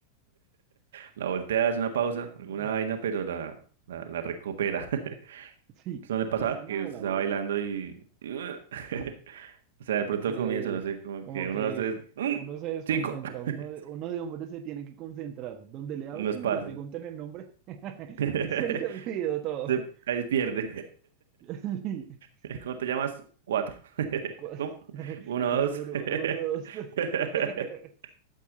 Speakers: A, on the right; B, on the right.
A: La voltea, hace una pausa, alguna
B: <laughs>
A: vaina, pero la, la, la recupera. <laughs>
B: Sí,
A: ¿Eso no le pasaba?
B: una
A: Que
B: o
A: usted
B: la
A: estaba
B: otra.
A: bailando y... <laughs> O sea, de pronto
B: Se,
A: al comienzo, no sé, como
B: como
A: que uno,
B: que
A: dos, tres, ¡mm!
B: uno se desconcentra,
A: cinco, <laughs>
B: uno de, uno de hombres se tiene que concentrar. Donde le hablen
A: unos pasos.
B: y le pregunten el nombre, <laughs>
A: <laughs>
B: se le olvidó todo.
A: Se, ahí pierde.
B: <laughs> Sí.
A: <laughs> ¿Cómo te llamas? Cuatro. <laughs>
B: Cua-
A: ¿Cómo?
B: <laughs>
A: Uno,
B: Uno,
A: dos.
B: uno, uno, dos, tres.
A: <laughs>
B: <laughs>